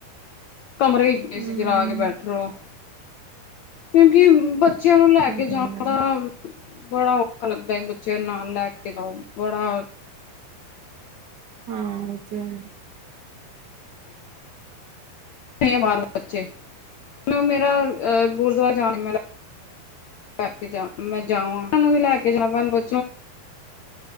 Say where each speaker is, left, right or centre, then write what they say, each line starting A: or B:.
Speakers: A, on the left; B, on the right.
A: ਕਮਰੇ ਵਿੱਚ ਏ
B: ਹਮ
A: ਸੀ ਚਲਾ ਕੇ ਬੈਠ ਰੋ। ਕਿਉਂਕਿ ਬੱਚਿਆਂ ਨੂੰ ਲੈ
B: ਸਹੀ
A: ਕੇ ਜਾਣ
B: ਗੱਲ ਹੈ
A: ਦਾ। ਬੜਾ ਔਖਾ ਲੱਗਦਾ ਹੈ ਬੱਚਿਆਂ ਨਾਲ ਲੈ ਕੇ ਜਾਓ। ਬੜਾ
B: ਹਾਂ। ਤੇ ਨਹੀ।
A: ਮੇਰੇ ਬਾਰ ਬੱਚੇ। ਮੇਰਾ ਅ ਗੁਰਦੁਆਰਾ ਜਾਣ ਮ ਲੈ ਕੇ ਜਾ, ਮੈਂ ਜਾਵਾ। ਸਾਨੂੰ ਵੀ ਲੈ ਕੇ ਜਾਵਾ। ਬ